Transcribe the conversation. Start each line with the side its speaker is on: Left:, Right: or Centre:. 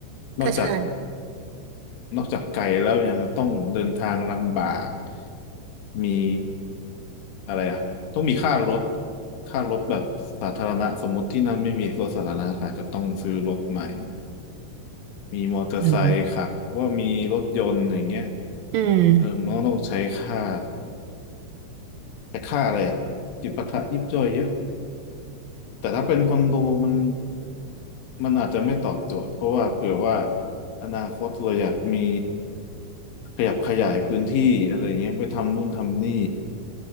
Left: นอกจาก
Right: ก็ใช่
Left: นอกจากไกลแล้วยังต้องเดินทางลำบาก มีอะไรอ่ะต้องมีค่ารถค่ารถแบบสาธารณะ สมมติที่นั่นไม่มีรถสาธารณะก็อาจจะต้องซื้อรถใหม่ มีมอเตอร์ไซค์ขับว่ามีรถยนต์อย่างเงี้ย
Right: อืมอืม
Left: เออมันก็ต้องใช้ค่าแต่ค่าอะไรอ่ะจิปาถะยิบย่อยเยอะ แต่ถ้าเป็นคอนโดมันมันอาจจะไม่ตอบโจทย์เพราะว่าเผื่อว่าอนาคตเราอยากมีขยับขยายพื้นที่อะไรเงี้ยไปทำนู่นทำนี่